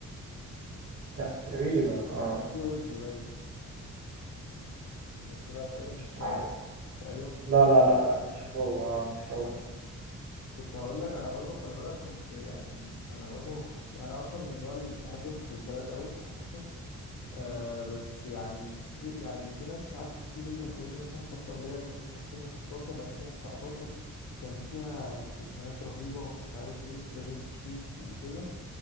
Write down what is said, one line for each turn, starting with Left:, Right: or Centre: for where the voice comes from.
Right: تقريبا اه
Left: ده كان فيه ويجز باين بس لا تقريبا مش
Right: عادي.
Left: هو ده تقريبا مش
Right: لا
Left: هو
Right: لا
Left: ده
Right: لا لا مش هو آه مش هو
Left: آه. كنت هقول لك انا برضو خلي بالك كنت يعني انا برضو ما كنتش انا اصلا من النوع اللي مش بحب المسلسلات قوي عامة آه
Right: م.
Left: بس يعني يعني في ناس قعدت كتير كانت تقول لي مثلا الفترة اللي هي ما بين 2016 ل 2019 كان في فيها مسلسلات رهيبة ومش عارف ايه ولازم تشوف وكده